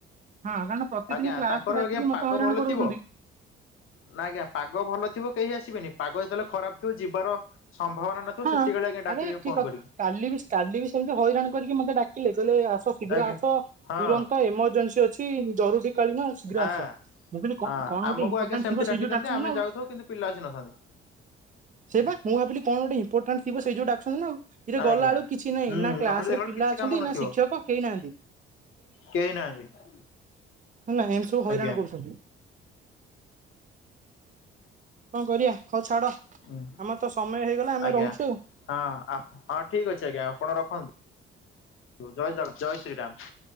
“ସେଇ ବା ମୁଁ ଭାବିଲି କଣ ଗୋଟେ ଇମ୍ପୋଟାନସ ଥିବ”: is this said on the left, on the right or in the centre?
Right